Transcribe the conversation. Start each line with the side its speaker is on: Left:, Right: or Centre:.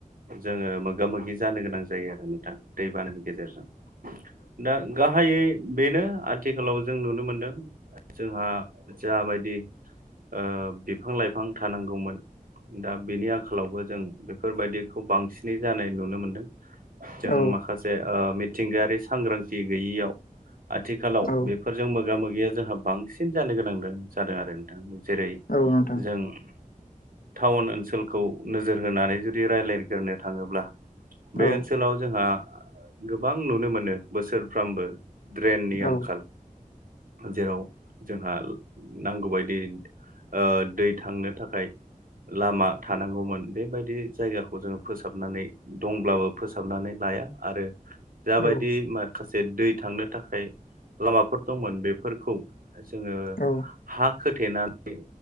Right: जोङो मोगा मोगि जानो गोनां जायो जायो आरो नोंथां दैबानानि गेजेरजों दा गाहायै बेनो आथिखालाव जों नुनो मोनदों जोंहा जाबायदि ओ बिफां लाइफां थानांगौमोन दा बेनि आंखालावबो जों बे बेफोरबायाददिखौ बांसिनै जानाय नुनो मोनदों जों
Left: औ
Right: माखासे ओ मिथिंगायारि सांग्रांथि गैयैयाव आथिखालाव
Left: औ
Right: बे फोरजों मोगा मोगिया जोंहा बांसिन जानो गोनां जादों आरो नोंथां जेरै
Left: औ नोंथां
Right: जों टाउन ओनसोलखौ नोजोर होनानै जुदि रायज्लायग्रोनो थाङोब्ला बे
Left: औ
Right: ओनसोलाव जोंहा गोबां नुनो मोनो बोसोरफ्रामबो ड्रेननि
Left: औ
Right: आंखाल जेराव जोंहा नांगौबायायदि ओ दै थांनो थाखाय लामा थानांगौमोन बेबायदि जायगाखौ जोङो फोसाबनानै दंब्लाबो फोसाबनानै लाया आरो जाबायदि
Left: औ
Right: माखासे दै थांनो थाखाय लामाफोर दंमोन बेफोरखौ- जोङो
Left: औ
Right: हा खोथेनानै